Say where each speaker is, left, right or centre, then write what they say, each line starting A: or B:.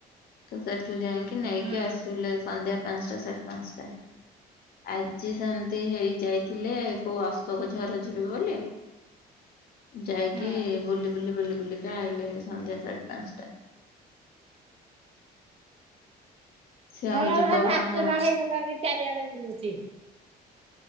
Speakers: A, on the left; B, on the right.
A: ତ ସେଠୁ ଯାଇକି ନେଇକି
B: ହୁଁ
A: ଆସିଲେ ସନ୍ଧ୍ୟା ପାଞ୍ଚଟା ସାଢେ ପାଞ୍ଚଟା। ଆଜି ସେମତି ହେଇ ଯାଇଥିଲେ କୋଉ ଅଶୋକଝର ଯିବେ ବୋଲି ଯାଇକି
B: ହୁଁ
A: ବୁଲି ବୁଲି ବୁଲି ବୁଲିକା ଆଇଲେ ସନ୍ଧ୍ୟା ସାଢ଼େ ପାଞ୍ଚଟା। ସିଏ
B: ହଁ
A: ଆଉ ଯିବ
B: ଭ ଭାତଟା
A: କଣ
B: ହେଇଗଲାଣି ଚାରିଆଡେ ବୁଲୁଛି।